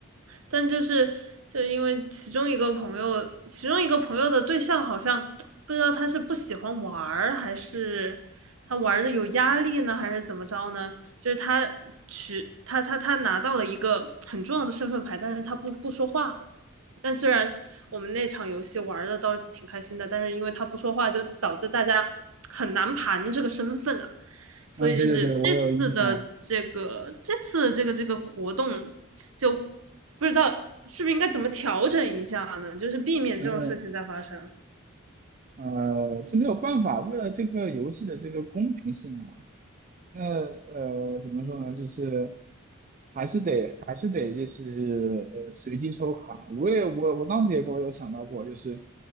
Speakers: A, on the right; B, on the right.
A: 但就是就因为其中一个朋友，其中一个朋友的对象好像不知道他是不喜欢玩儿，还是他玩的有压力呢，还是怎么着呢？就是他取他他他拿到了一个很重要的身份牌，但是他不不说话，但虽然我们那场游戏玩的倒是挺开心的，但是因为他不说话，就导致大家很难盘这个身份啊。所以就是这次的这个这次的这个这个活动，
B: 嗯，对对对，我有印象。
A: 就不知道是不是应该怎么调整一下呢？就是避免这种事情再发生。
B: 嗯，呃，是没有办法，为了这个游戏的这个公平性啊，那呃，怎么说呢？就是。还是得还是得就是呃随机抽卡。我也我我当时也给我有想到过，就是